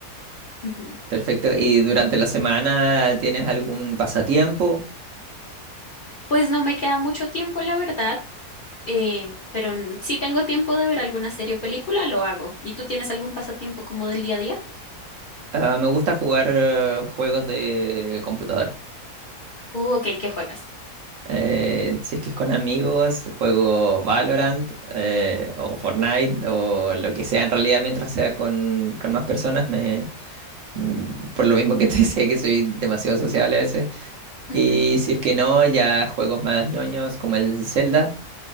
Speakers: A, on the left; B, on the right.
A: Ujú.
B: perfecto. ¿Y durante la semana tienes algún pasatiempo?
A: Pues no me queda mucho tiempo, la verdad, eh, pero n- si tengo tiempo de ver alguna serie o película, lo hago. ¿Y tú tienes algún pasatiempo como del día a día?
B: Ah, me gusta jugar eh, juegos de computadora.
A: Uh, ok, ¿qué juegas?
B: Eh, si es que es con amigos, juego Valorant eh, o Fortnite o lo que sea en realidad mientras sea con, con más personas, me, mm, por lo mismo que te <laughs> decía que soy demasiado sociable a veces.
A: Ujú.
B: Y si es que no, ya juegos más ñoños como el Zelda